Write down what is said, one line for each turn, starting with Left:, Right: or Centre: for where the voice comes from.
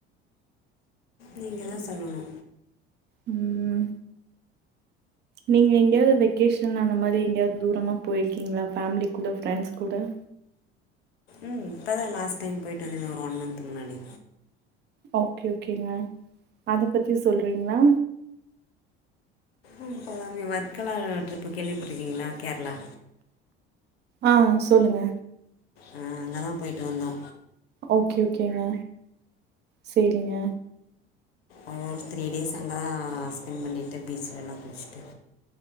Left: நீங்கதா சொல்லணு
Right: உம் நீங்க எங்கயாவது வெக்கேஷன் அந்த மாரி எங்கயாவது தூரமாக போயிருக்கீங்ளா ஃபேமிலி கூட ஃப்ரெண்ட்ஸ் கூட
Left: ம் இப்பதா லாஸ்ட் டைம் போய்ட்டு வந்தங்க ஒரு ஒன் மன்த் முன்னாடி
Right: ஓகே ஓகேங்க அத பத்தி சொல்றிங்ளா
Left: ம் சொல்லாமே வர்க்கலா ட்ரிப்பு கேள்விப்பட்ருக்கிங்ளா கேரளா
Right: ஆ சொல்லுங்க
Left: ஆ அங்கதா போயிட்டு வந்தோ
Right: ஓகே ஓகேங்க சேரிங்க
Left: ஒரு த்ரீ டேஸ் அங்க ஸ்பென்ட் பண்ணிட்டு பீச்ல எல்லா குளிச்சிட்டு